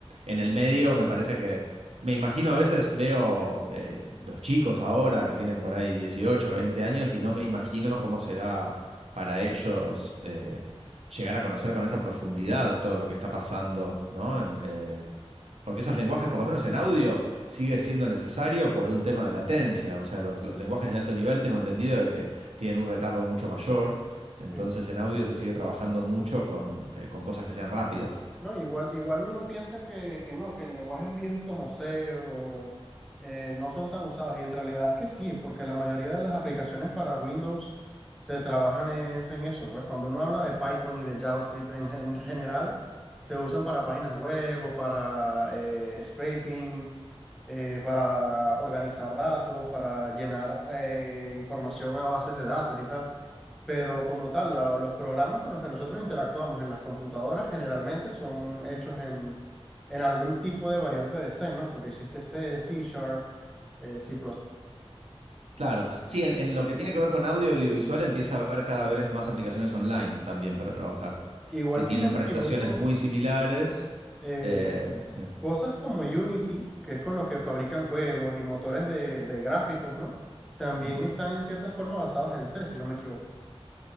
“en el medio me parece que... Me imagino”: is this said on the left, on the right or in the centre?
Right